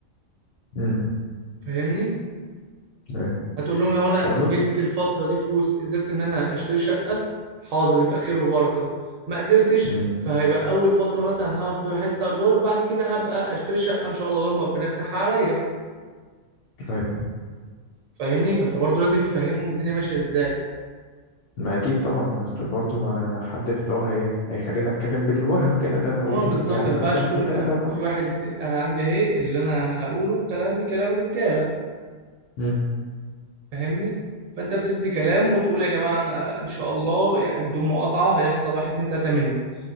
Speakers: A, on the left; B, on the right.
A: امم
B: فاهمني
A: ايوه
B: هتقول لهم لو انا
A: بس اظن
B: جبت الفتره دي فلوس قدرت ان انا اشتري شقه حاضر يبقى خير وبركه ما قدرتش
A: امم
B: فهيبقى اول فتره مثلا هقعد في حته ايجار وبعد كده هبقى اشتري شقه ان شاء الله لما ربنا يفتحها عليا
A: ايوه
B: فاهمني فانت برضو لازم تفهمهم الدنيا ماشيه ازاي
A: ما اكيد طبعا ما اصل برضه ما حدش اللي هو هي... هيخليني اتكلم بالوهم كده ده انا هقول
B: اه بالظبط
A: هيبقى
B: ما ينفعش
A: في واحد
B: تقول
A: اتنين تلاته
B: انا
A: وخلاص
B: في واحد اتنين انا عندي اهي اللي انا هقوله كلامي كلام رجاله
A: امم
B: فاهمني فانت بتدي كلام وتقول يا جماعه انا ان شاء الله يعني بدون مقاطعه هيحصل واحد اتنين تلاته مني